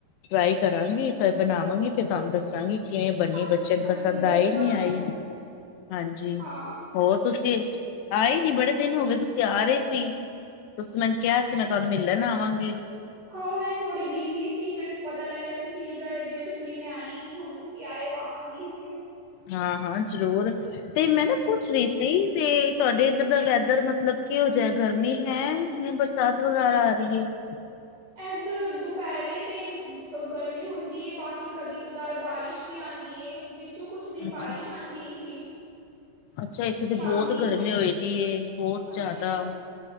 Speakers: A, on the left; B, on the right.
A: ਟਰਾਈ ਕਰਾਂਗੀ, ਤਾਂ ਬਣਾਵਾਂਗੀ। ਫੇਰ ਤੁਹਾਨੂੰ ਦੱਸਾਂਗੀ। ਕਿਵੇਂ ਬਨੀ?
B: ਹਾਂਜੀ-ਹਾਂਜੀ
A: ਬੱਚਨ ਪਸੰਦਆਏ
B: ਦੱਸਣਾ
A: ਨੀ?
B: ਮੈਨੂੰ
A: ਆਏ ਹਾਂਜੀ
B: ਹਾਂ।
A: ਹੋਰ। ਤੁਸੀਂ ਆਏ ਨੀ? ਬੜੇ ਦਿਨ ਹੋ ਗਏ। ਤੁਸੀਂ ਆ ਰਹੇ ਸੀ। ਤੁਸੀਂ ਮੈਨੂੰ ਕਿਹਾ ਸੀ, ਮੈਂ ਤੁਹਾਨੂੰ ਮਿਲਣ ਆਵਾਂਗੀ।
B: ਹਾਂ, ਮੈਂ ਥੋੜ੍ਹੀ ਬਿਜ਼ੀ ਸੀ, ਫਿਰ। ਪਤਾ ਲੱਗਿਆ, ਤੁਸੀਂ ਵੀ ਗਏ ਦਿ ਹੋ। ਇਸ ਲਈ ਮੈਂ ਆਈ ਨੀ। ਹੁਣ ਤੁਸੀਂ ਆਏਓ, ਆਵਾਂਗੀ ਹੁਣ।
A: ਹਾਂ -ਹਾਂ, ਜ਼ਰੂਰ। ਤੇ ਮੈਂ
B: ਹੂੰ।
A: ਨਾ ਪੁੱਛ ਰਹੀ ਸੀ ਤੇ। ਤੁਹਾਡੇ ਇੱਧਰ ਦਾ ਵੈਦਰ ਮਤਲਬ ਕੀ? ਹੋ ਜਾ ਗਰਮੀ ਹੈ, ਬਰਸਾਤ ਵਗੈਰਾ ਆ ਰਹੀ ਹੈ।
B: ਇੱਧਰ ਦੁਪਹਿਰੇ ਤਾਂ ਗਰਮੀ ਹੁੰਦੀ ਹੈ। ਬਾਕੀ ਕਦੇ -ਕਦਾਰ ਬਾਰਿਸ਼ ਵੀ ਆਉਂਦੀ। ਵਿੱਚੋਂ ਕੁਛ ਦਿਨ
A: ਅੱਛਾ।
B: ਬਾਰਿਸ਼ ਆਉਂਦੀ ਰਹੀ ਸੀ।
A: ਅੱਛਾ, ਇੱਥੇਤਾ
B: ਸ਼ਾਮੀ
A: ਬਹੁਤ ਗਰਮੀ ਹੋਏ ਦੀ ਬਹੁਤ ਜ਼ਿਆਦਾ।
B: ਅੱਛਾ